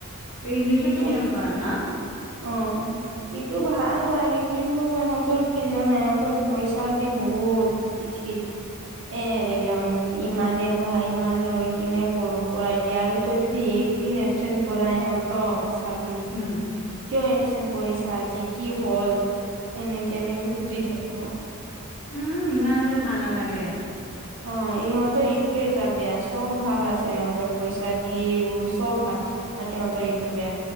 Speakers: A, on the left (about 35°); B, on the right (about 55°).
A: তই ইংলিছো
B: এইটো
A: টিউশ্যন কৰা ন।
B: অ এইটো ভাল লাগে কিন্তু ইহঁতৰ কি জানা ইহঁতৰ। ত পইচা দি বহুত কি কি। এ ইমানে লোৱা ইমান লৈ কিনে কৰো কৰাই দিয়া আৰু তই যদি
A: উম,
B: ইলেকশ্যন পৰা ইহঁতক চাবি
A: উম।
B: কিয় এবচেন্ট কৰিছা আজি কি হ'ল এনেকে এনেকে সুধি থাকে <inaudible>
A: উম ইমান আৰু ভাল নালাগে।
B: অ ইহঁতৰ ইটোয়ে এটা বেয়া চব ভাল আছে সিহঁতৰ পইচা দি ও চব ভাল। বাকী ইহঁতৰ এইটো বেয়া।